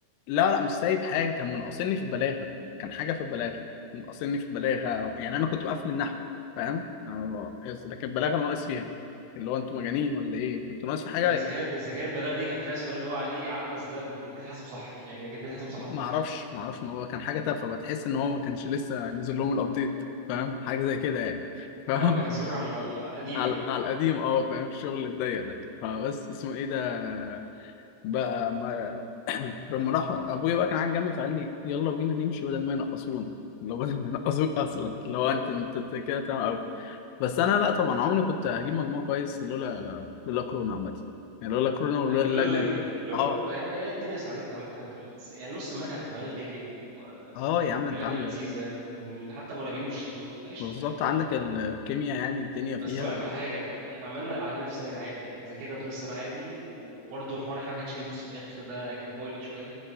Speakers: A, on the left; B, on the right.
A: لا لا مش سايب حاجه كان منقصني في البلاغه كان حاجه في البلاغه منقصني في البلاغه يعني انا كنت مقفل النحو فاهم أنا- ب- لكن البلاغه أنا ناقص فيها اللي هو انتوا مجانين ولا ايه كنت ناقص في حاجه
B: يعني اذا كان اذا كان البلاغه دي كان فيها سؤال اللي هو عليه عبس ده والاثنين اتحسبوا صح يعني الاثنين اتحسبوا صح في
A: ما
B: الاخر
A: اعرفش ما اعرفش ما هو كان حاجه تافهه بتحس ان هو ما كانش لسه نزل لهم الابديت فاهم حاجه زي كده يعني فاهم
B: هم بقوا بيحاسبوك على القديم
A: <laughs> على
B: يعني
A: على القديم اه فاهم الشغل الضيق ده فبس اسمه ايه ده بقى ما <clears throat> لما راح ابويا بقى كان قاعد جنبي فقال لي يلا بينا نمشي بدل ما ينقصونا لو بدل ما ينقصوك اصلا لو انت
B: <laughs>
A: انت أنت كده تمام قوي بس انا لا طبعا عمري كنت هجيب مجموع كويس لولا لولا كورونا عامه يعني لولا كورونا ولولا
B: آه، لولا
A: اللجنه
B: اللجنه اللجنه
A: اه
B: بقى يعني ايه الدنيا ساعدتنا عامه في ال... يعني نص المنهج ملغي و...
A: اه يا عم
B: واللجنه
A: انت عنك
B: لذيذه وحتى المراقبين مش رخمين فقشطه
A: بالظبط
B: يعني
A: عندك الكيمياء يعني الدنيا فيها
B: بس اقول لك على حاجه احنا عملنا اللي علينا في السنه دي عادي يعني احنا ذاكرنا طول السنه عادي وبرضه حوار احنا ما كانش فيه دروس في الاخر ده كان مقلق شويه